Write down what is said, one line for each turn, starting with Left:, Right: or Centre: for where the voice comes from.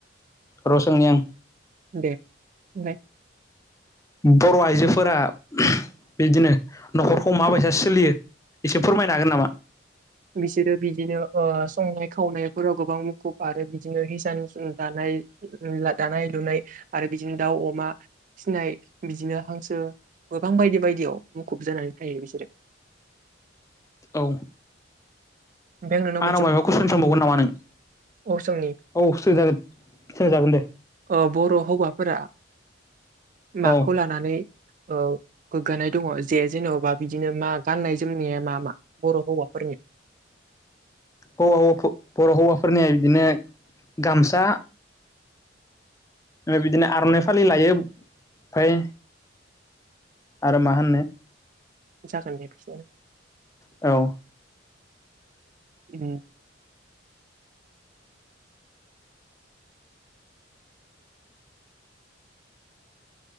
Left: र' सोंनि आं
Right: दे सोंनाय
Left: बर' आइजोफोरा उमहु बिदिनो न'खरखौ माबायसा सोलियो एसे फोरमायनो हागोन नामा
Right: बिसोरो बिदिनो ओ संनाय खावनायफोराव गोबां मुखुब आरो बिदिनो हिसान हिसान दानाय उम दानाय लुनाय आरो बिदिनो दाउ अमा फिसिनाय बिदिनो हांसो गोबां बायदि बायदियाव मुखुब जानानै थायो बिसोरो
Left: औ
Right: ओमफ्राय आं नोंनाव
Left: आंनाव मा कुइसन सोंबावगोन नामा नों
Right: अ सोंनि
Left: औ सोजा सोंजागोन दे
Right: ओ बर' हौवाफोरा माखौ
Left: औ
Right: लानानै ओ गोगानाय दङ जे जेन'बा बिदिनो मा गाननाय जोमनाया मा मा बर' हौवाफोरनि
Left: हौ हौवाफोर बर' हौवाफोरनिया बिदिनो गामसा बिदिनो आर'नाइ फालि लायो ओमफ्राय आरो मा होननो
Right: जागोन दे बिसनियानो
Left: औ
Right: उम